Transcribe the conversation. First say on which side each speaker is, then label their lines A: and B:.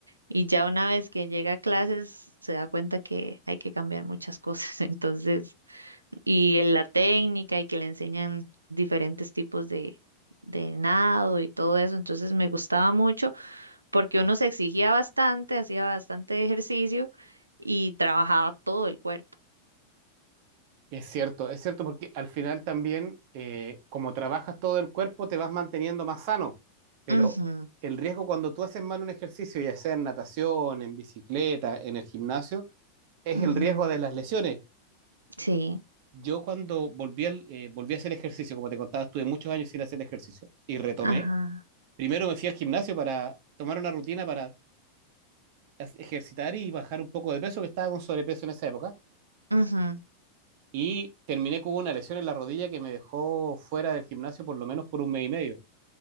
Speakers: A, on the right; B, on the right.
A: y ya una vez que llega a clases se da cuenta que hay que cambiar muchas cosas. <laughs> Entonces, y en la técnica y que le enseñan diferentes tipos de, de nado y todo eso. Entonces me gustaba mucho porque uno se exigía bastante, hacía bastante ejercicio y trabajaba todo el cuerpo.
B: Es cierto, es cierto porque al final también, eh, como trabajas todo el cuerpo, te vas manteniendo más sano, pero
A: Ujú,
B: el riesgo cuando tú haces mal un ejercicio, ya sea en natación, en bicicleta, en el gimnasio, es
A: ujú.
B: el riesgo de las lesiones.
A: Sí,
B: Yo cuando volví, al, eh, volví a hacer ejercicio, como te contaba, estuve muchos años sin hacer ejercicio y retomé.
A: ajá.
B: Primero me fui al gimnasio para tomar una rutina para ejercitar y bajar un poco de peso, que estaba con sobrepeso en esa época.
A: ujú,
B: y terminé con una lesión en la rodilla que me dejó fuera del gimnasio por lo menos por un mes y medio,